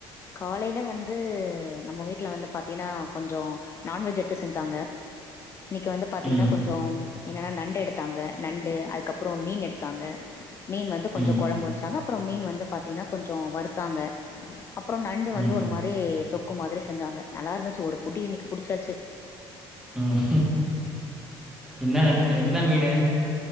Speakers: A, on the left (about 25°); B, in the centre.
A: காலையில வந்து நம்ம வீட்டுல வந்து பாத்தீங்கன்னா கொஞ்சம் நான்வெஜ் எடுத்து செஞ்சாங்க இன்னைக்கு வந்து பாத்தீங்கன்னா
B: ம்,
A: கொஞ்சம் என்னன்னா நண்டு எடுத்தாங்க நண்டு அதுக்கப்புறம் மீன் எடுத்தாங்க மீன் வந்து கொஞ்சம்
B: ம்,
A: குழம்பு வச்சாங்க அப்புறம் மீன் வந்து பாத்தீங்கன்னா கொஞ்சம் வருத்தாங்க அப்புறம் நண்டு வந்து
B: ம்,
A: ஒரு மாதிரி தொக்கு மாதிரி செஞ்சாங்க நல்லா இருந்துச்சு ஒரு புட்டி இன்னைக்கு புடிச்சாச்சு
B: ம். என்ன நண்டு என்ன மீனு